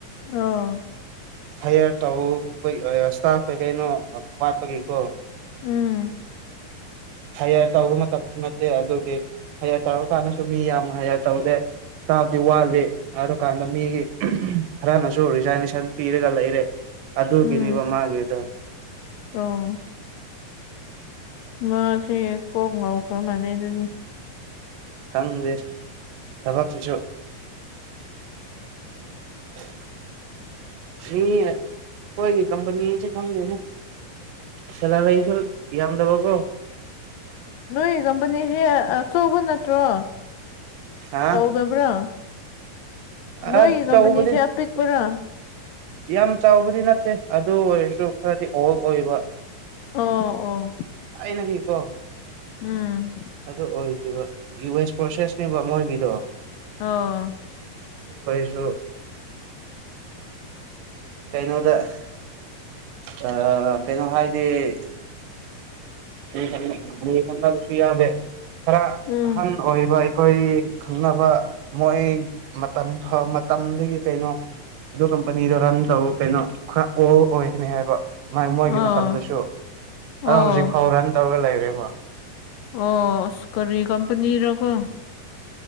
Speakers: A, on the left; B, on the right.
A: ꯑꯝ
B: ꯍꯥꯏꯌꯥꯔ ꯇꯩ ꯏꯁꯇꯥꯐ ꯀꯩ ꯀꯩꯅꯣ ꯋꯥꯠꯄꯒꯤꯀꯣ
A: ꯎꯝ
B: ꯍꯥꯏꯌꯥ ꯇꯧꯕ ꯃꯇꯝꯁꯨ ꯅꯠꯇꯦ ꯑꯗꯨꯒꯤ ꯍꯌꯥꯔ ꯇꯥꯎꯔ ꯀꯥꯟꯅꯁꯨ ꯃꯤ ꯌꯥꯝꯅ ꯍꯥꯏꯌꯔ ꯇꯧꯗꯦ ꯏꯁꯇꯥꯐꯇꯤ ꯋꯥꯠꯂꯤ ꯑꯗꯨ ꯀꯥꯟꯗ ꯃꯤꯒꯤ ꯈꯔꯅꯁꯨ ꯔꯤꯖꯥꯏꯅꯦꯁꯟ ꯄꯤꯔꯒ ꯂꯩꯔꯦ ꯑꯗꯨꯒꯤꯅꯦꯕ
A: ꯎꯝ
B: ꯃꯥꯒꯤꯗꯣ
A: ꯑꯣ ꯃꯥꯁꯦ ꯀꯣꯛ ꯉꯧꯈ꯭ꯔ ꯃꯥꯟꯅꯩ ꯑꯗꯨꯗꯤ
B: ꯈꯪꯗꯦ ꯊꯕꯛꯀꯤꯁꯨ <inaudible>
A: <inaudible>
B: ꯏ ꯍꯣꯏꯒꯤ ꯀꯝꯄꯅꯤ ꯆ ꯈꯪꯗꯦꯅꯦ ꯁꯗꯁꯨ ꯀ ꯌꯥꯝꯗꯕ ꯀꯣ
A: ꯅꯣꯏ ꯀꯝꯄꯅꯤꯁꯦ ꯑꯆꯧꯕ ꯅꯠꯇ꯭ꯔꯣ
B: ꯍꯥ
A: ꯆꯥꯎꯧꯗꯕ꯭ꯔꯥ ꯅꯣꯏ
B: ꯑꯆꯧꯕꯗꯤ
A: ꯀꯄꯅꯤꯦꯄꯦꯛ ꯄꯨꯔꯥ
B: ꯌꯥꯝ ꯆꯥꯎꯕꯗꯤ ꯅꯠꯇꯦ ꯑꯗꯨ ꯑꯣꯏꯔꯁꯨ ꯈꯔꯗꯤ ꯑꯣꯍꯛ ꯑꯣꯏꯕ
A: ꯑꯣ ꯑꯣ
B: ꯅ ꯀꯣ
A: ꯎꯝ
B: ꯑꯗꯨ ꯑꯣꯏꯔꯤꯕ ꯌꯨ ꯑꯦꯁ ꯐꯣꯔꯁꯦꯁꯅꯦꯕ ꯃꯣꯏꯒꯤꯗꯣ
A: ꯑꯣ
B: ꯁꯨ ꯀꯩꯅꯣꯗ ꯑ ꯀꯩꯅꯣ ꯍꯥꯏꯗꯤ ꯈ ꯃꯤ ꯈꯪꯗꯕꯁꯨ ꯌꯥꯗꯦ ꯈꯔ
A: ꯎꯝ
B: ꯑꯍꯟ ꯑꯣꯏꯕ ꯑꯩꯈꯣꯏ ꯈꯪꯅꯕ ꯃꯣꯏ ꯃꯇꯝ ꯃꯇꯝꯗꯒꯤ ꯀꯩꯅꯣ ꯑꯗꯨ ꯀꯝꯄꯅꯤꯗꯣ ꯔꯟ ꯇꯧ ꯀꯩꯅꯣ ꯈꯔ ꯑꯣꯜ ꯑꯣꯏꯒꯅꯤ ꯍꯥꯏꯕ ꯃꯣꯏꯒꯤ
A: ꯑꯣ
B: ꯃꯇꯝꯗꯁꯨ ꯑꯗꯣ
A: ꯑꯣ
B: ꯍꯧꯖꯤꯛ ꯐꯥꯎ ꯔꯟ ꯇꯧꯔꯒ ꯂꯩꯔꯦꯀꯣ
A: ꯑꯣꯁ ꯀꯔꯤ ꯀꯝꯄꯅꯤꯔꯀꯣ